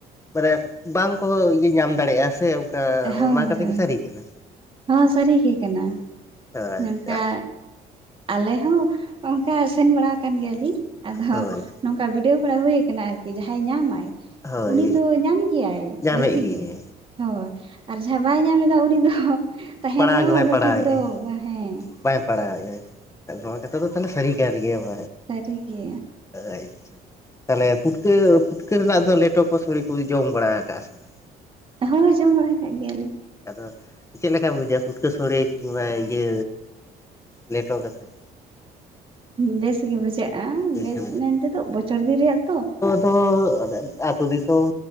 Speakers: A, on the left; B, on the right.
A: ᱢᱟᱱᱮ ᱵᱟᱝ ᱠᱚ ᱤᱭᱟᱹ ᱧᱟᱢ ᱫᱟᱲᱮᱭᱟᱜᱼᱟ ᱥᱮ᱾
B: ᱦᱳᱭ
A: ᱚᱱᱟ ᱠᱟᱛᱮ
B: ᱦᱳᱭ
A: ᱜᱮ ᱥᱟᱹᱨᱤ ᱠᱟᱱᱟ
B: ᱦᱚᱸ ᱥᱟᱹᱨᱤ ᱜᱮ ᱠᱟᱱᱟ
A: ᱟᱪᱪᱷᱟ
B: ᱱᱚᱝᱠᱟ ᱟᱞᱮ ᱦᱚᱸ ᱚᱱᱠᱟ ᱥᱮᱱ ᱵᱟᱲᱟ ᱚᱠᱟᱱ ᱜᱮᱭᱟᱞᱤᱧ ᱟᱫᱚ
A: ᱦᱳᱭ
B: ᱱᱚᱝᱠᱟ ᱵᱤᱰᱟᱹᱣ ᱵᱟᱲᱟ ᱦᱩᱭ ᱟᱠᱟᱱᱟ ᱟᱨᱠᱤ ᱡᱟᱦᱟᱸᱭ ᱧᱟᱢᱟᱭ
A: ᱦᱳᱭ
B: ᱩᱱᱤ ᱫᱚ ᱧᱟᱢ ᱜᱮᱭᱟᱭ
A: ᱧᱟᱢᱮᱫ
B: ᱵᱮᱥᱤ
A: ᱜᱮᱭᱟᱹᱧ
B: ᱜᱮ ᱦᱳᱭ ᱟᱨ ᱡᱟᱦᱟᱸ ᱵᱟᱭ ᱧᱟᱢ ᱮᱫᱟ ᱩᱱᱤ ᱫᱚ ᱛᱟᱦᱮᱱ
A: ᱯᱟᱲᱟᱣ
B: ᱨᱮᱦᱚᱸ
A: ᱜᱮ ᱵᱟᱭ
B: ᱩᱱᱟᱹᱜ
A: ᱯᱟᱲᱟᱣᱮᱫᱼᱟᱭ
B: ᱴᱷᱤᱠ ᱫᱚ ᱦᱮᱸ
A: ᱵᱟᱭ ᱯᱟᱲᱟᱣᱮᱫᱟᱭ ᱱᱚᱣᱟ ᱠᱟᱛᱷᱟ ᱫᱚ ᱛᱟᱦᱚᱞᱮ ᱥᱟᱹᱨᱤ ᱠᱟᱱ ᱜᱮᱭᱟ <inaudible>
B: ᱥᱟᱹᱨᱤ ᱜᱮ
A: ᱟᱪᱷᱟ ᱛᱟᱦᱚᱞᱮ ᱯᱩᱴᱠᱟᱹ ᱯᱩᱴᱠᱟᱹ ᱨᱮᱱᱟᱜ ᱫᱚ ᱞᱮᱴᱚ ᱠᱚ ᱥᱚᱲᱮ ᱠᱚ ᱡᱚᱢ ᱵᱟᱲᱟ ᱟᱠᱟ ᱥᱮ ᱵᱟᱝ
B: ᱦᱚᱸ ᱡᱚᱢ ᱵᱟᱲᱟ ᱟᱠᱟᱫ ᱜᱮᱭᱟᱞᱤᱧ
A: ᱟᱫᱚ ᱪᱮᱫ ᱞᱮᱠᱟ ᱵᱩᱡᱷᱟᱹᱜ ᱯᱷᱩᱴᱠᱟᱹ ᱥᱚᱲᱮ ᱠᱤᱢᱵᱟ ᱤᱭᱟᱹ ᱞᱮᱴᱚ ᱠᱟᱛᱮᱫ
B: ᱵᱮᱥ ᱜᱮ ᱵᱩᱡᱷᱟᱹᱜᱼᱟ
A: ᱵᱮᱥᱜᱮ
B: ᱵᱮᱥ ᱢᱮᱱᱛᱮ ᱫᱚ ᱵᱚᱪᱷᱚᱨ ᱫᱤᱱ ᱨᱮᱭᱟᱜ ᱛᱚ
A: ᱛᱚ ᱟᱹᱛᱩ ᱫᱤᱥᱚᱢ